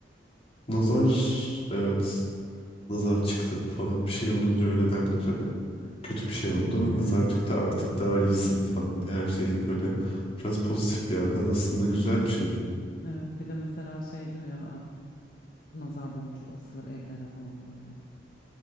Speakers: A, on the left (about 35°); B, on the left (about 50°).
A: Nazar evet nazar çıktı falan bir şey olunca öyle derler hani kötü bir şey oldu
B: Evet.
A: Hani nazar çıktı artık daha iyisin falan diye her şeyi böyle biraz pozitif bir yerden aslında güzel bir şey.
B: Evet bir de mesela şeydir ya e, nazar boncuğu asılır evlere falan böyle.